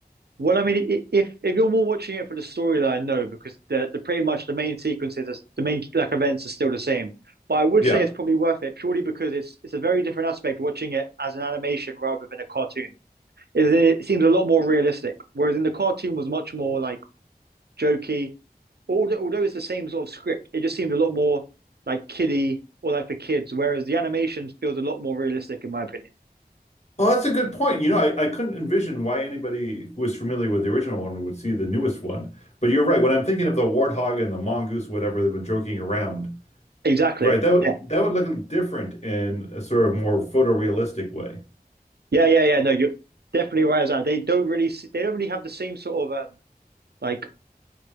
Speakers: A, on the right (about 85°); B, on the left (about 45°).
A: Well, I mean, i- if if you're more watching it for the storyline, no, because the the pretty much the main sequences, is- the main like events are still the same. But I would
B: Yeah.
A: say it's probably worth it purely because it's it's a very different aspect watching it as an animation rather than a cartoon. Is that it seems a lot more realistic, whereas in the cartoon was much more like jokey. Although although it's the same sort of script, it just seemed a lot more like kiddie or like for kids, whereas the animation feels a lot more realistic in my opinion.
B: Well, that's a good point. You know, I, I couldn't envision why anybody who is familiar with the original one would see the newest one. But you're right. When I'm thinking of the warthog and the mongoose, whatever they've been joking around,
A: Exactly.
B: right, that would
A: Yeah.
B: that would look different in a sort of more photorealistic way.
A: Yeah, yeah, yeah. No, you're definitely right as that. They don't really, s- they don't really have the same sort of um, like